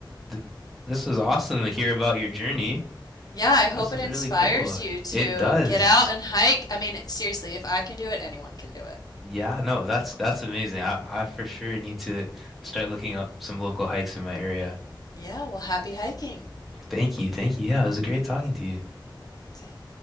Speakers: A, in the centre; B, on the left.
A: th this was awesome to hear about your journey.
B: Yeah, I hope
A: This is
B: it inspires
A: really cool.
B: you to
A: It does.
B: get out and hike. I mean, seriously, if I can do it, anyone can do it.
A: Yeah, no, that's that's amazing. I, I for sure need to start looking up some local hikes in my area.
B: Yeah, well, happy hiking.
A: Thank you. Thank you. Yeah, it was great talking to you.
B: Same.